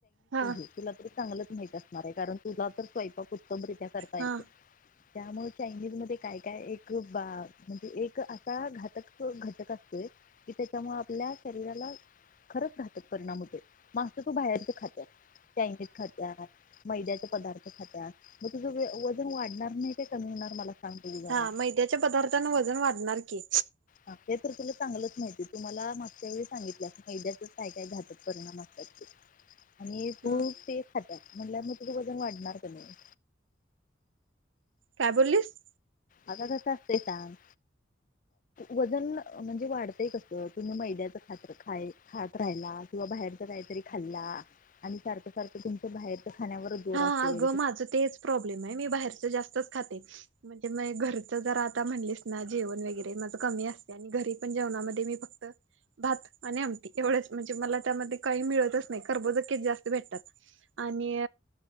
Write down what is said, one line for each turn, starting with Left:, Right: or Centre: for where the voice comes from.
Right: हा
Left: <unintelligible> तुला तर चांगलंच माहित असणार आहे, कारण तुला तर उत्तमरित्या करता
Right: हा
Left: येते. त्यामुळे चायनीज मध्ये काय काय एक बा म्हणजे एक असा घातक घटक असतोय. कि त्याच्यामुळे आपल्या शरीराला खरच घातक परिणाम होतोय. <unintelligible> बाहेरच खात्यात. <unintelligible> मैद्याचे पदार्थ खात्यास, मग तुझं वजन वाढणार नाही ते कमी होणार मला सांग बघू जरा
Right: हा, मैद्याच्या पदार्थांन वजन वाढणार की.
Left: हा, ते तर तुला चांगलंच माहिती, तू मला मागच्या वेळी सांगितल्यास, मैद्याच काय काय घातक परिणाम आणि तू
Right: हा.
Left: तेच खात्यास म्हटल्यावर, मग तुझं वजन वाढणार का नाही?
Right: काय बोललीस?
Left: आता कसं असतंय सांग? वजन म्हणजे वाढतंय कसं? तुम्ही मैद्याचं खात खाय खात राहिला किंवा बाहेरच काहीतरी खाल्ला आणि सारखं सारखं तुमचं बाहेरच खाण्यावर जोर
Right: हा,
Left: असेल
Right: अगं माझं तेच प्रॉब्लेम आहे, मी बाहेरच जास्तच खाते. म्हणजे मी घरचं जर आता म्हणलीस ना, जेवण वगैरे माझं कमी असते आणि घरी पण जेवणामध्ये मी फक्त भात आणि आमटी एवढंच. म्हणजे मला त्यामध्ये काही मिळतच नाही, कर्बोदकेच जास्त भेटतात. आणि